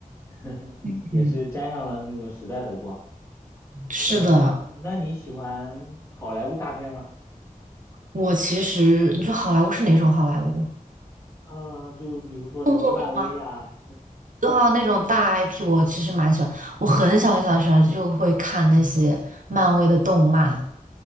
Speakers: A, on the left (about 20°); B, on the right (about 65°).
A: <laughs>
B: 嗯，
A: 也是沾上了那种时代的光。
B: 是的。
A: 嗯，那你喜欢好莱坞大片吗？
B: 我其实你说好莱坞是哪种好莱坞？
A: 啊、就比如说什么漫威呀、
B: 动作片吗？对啊，那种大 IP 我其实蛮喜欢。我很小很小的时候就会看那些漫威的动漫、